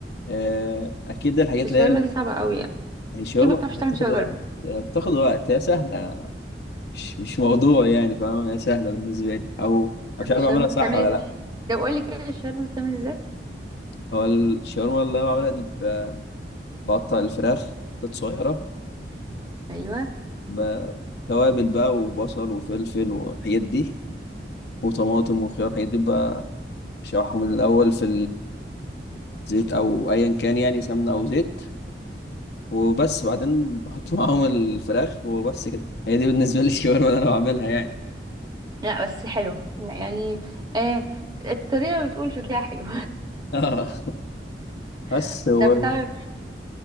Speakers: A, on the left; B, on the right.
A: آه، اكيد الحاجات
B: بس الشاورما
A: اللي هي ال-
B: دي صعبه قوي يعني
A: هي الشاورما
B: كيف ما بتعرفش تعمل
A: هتاخد
B: شاورما
A: وقت هي بتاخد وقت هي سهله مش مش موضوع يعني فاهم هي سهله بالنسبه لي او انا
B: طب
A: مش عارف
B: الشاورما
A: اعملها صح
B: بتعمل
A: ولا
B: ازاي
A: لا
B: ده قول لي كده الشاورما بتعمل ازاي
A: هو الشاورما اللي انا بعملها دي ب- بقطع الفراخ حتت صغيره
B: ايوه
A: بقى توابل بقى وبصل وفلفل والحاجات دي وطماطم وخيار الحاجات دي بقى بشوحهم من الأول في الزيت أو أيا كان يعني سمنة أو زيت وبس بعدين بحط <laughs> معاهم الفراخ وبس كده هي دي بالنسبة لي <laughs> الشاورما اللي أنا بعملها يعني
B: لا بس حلوه لا يعني آه الطريقه بتقول شكلها حلو
A: اه بس
B: <laughs>
A: هو
B: ده بتعمل